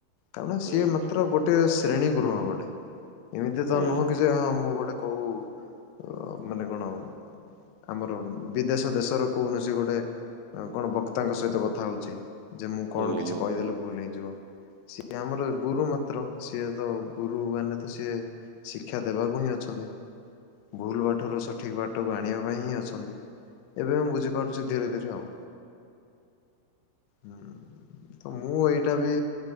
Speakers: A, on the left (about 90°); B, on the right (about 80°).
A: କାରଣ
B: ହୁଁ
A: ସିଏ ମାତ୍ର
B: ହୁଁ
A: ଗୋଟେ ଶ୍ରେଣୀ ଗୃହ ଗୋଟେ ଏମିତି
B: ହୁଁ
A: ତ
B: ହୁଁ
A: ନୁହଁ କି ଯେ ହଁ ମୁଁ ଗୋଟେ କଉ ଅ -ମାନେ କଣ ଆମର ବିଦେଶ ଦେଶର କୌଣସି ଗୋଟେ ଅ- କଣ ବକ୍ତାଙ୍କ ସହିତ କଥା ହଉଚି ଯେ ମୁଁ
B: ହୁଁ
A: କଣ କିଛି
B: ହୁଁ।
A: କହିଦେଲେ ଭୁଲ୍ ହେଇଯିବ ସି ସିଏ ଆମର ଗୁରୁ ମାତ୍ର ସିଏ ତ ଗୁରୁ ମାନେ ତ ସିଏ ଶିକ୍ଷା ଦେବାକୁ ହିଁ ଅଛନ୍ତି। ଭୁଲ୍ ବାଟରୁ ସଠିକ୍ ବାଟକୁ ଆଣିବା ପାଇଁ ହିଁ ଅଛନ୍ତି। ଏବେ ମୁଁ ବୁଝିପାରୁଚି ଧୀରେ ଧୀରେ ଆଉ। ହୁଁ। ତ ମୁଁ ଏଇଟା ବି